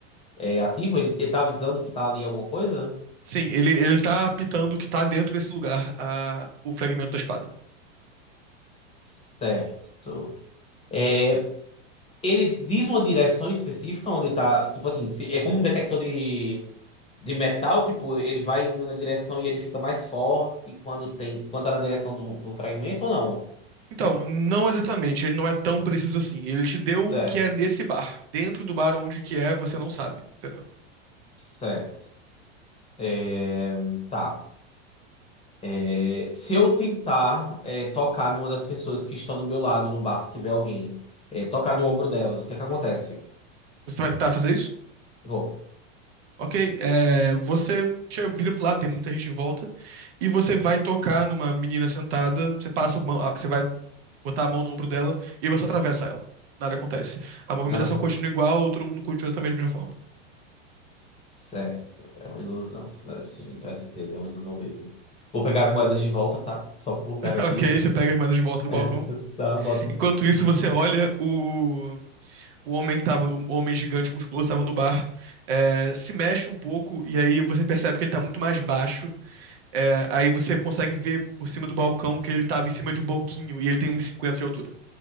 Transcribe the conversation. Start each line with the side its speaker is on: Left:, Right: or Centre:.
Left: É ativo? Ele, ele tá avisando que tá ali alguma coisa?
Right: Sim, ele, ele tá apitando o que tá dentro desse lugar, a, o fragmento da espada.
Left: Certo. É, ele diz uma direção específica onde tá. Tipo assim, se- é como um detector de, de metal, tipo, ele vai indo na direção e ele fica mais forte quando tem, quando tá na direção do, do fragmento ou não?
Right: Então, não exatamente, ele não é tão preciso assim. Ele te deu
Left: Certo.
Right: o que é nesse bar. Dentro do bar onde que é, você não sabe, entendeu?
Left: Certo. É, tá. É, se eu tentar é, tocar numa das pessoas que estão do meu lado no bar, se tiver alguém, é, tocar no ombro delas, o que é que acontece?
Right: Você vai tentar fazer isso?
Left: Vou.
Right: Ok, é, você chega, vira pro lado, tem muita gente em volta, e você vai tocar numa menina sentada, você passa a mão- a- você vai botar a mão no ombro dela e você atravessa ela. Nada acontece. A movimentação
Left: Não,
Right: continua
Left: não
Right: igual, todo mundo continua também da mesma forma.
Left: Certo, é uma ilusão. Não, isso não tem certeza, é uma ilusão mesmo. Vou pegar as moedas de volta, tá? Só por garantia.
Right: <laughs> Ok, você pega as moedas de volta do
Left: É,
Right: balcão.
Left: tá, bota.
Right: Enquanto isso,
Left: Uhum.
Right: você olha o, o homem que tava, o homem gigante musculoso estava no bar, é, se mexe um pouco, e aí você percebe que ele tá muito mais baixo. É, aí você consegue ver por cima do balcão que ele tava em cima de um banquinho e ele tem uns 50 de altura.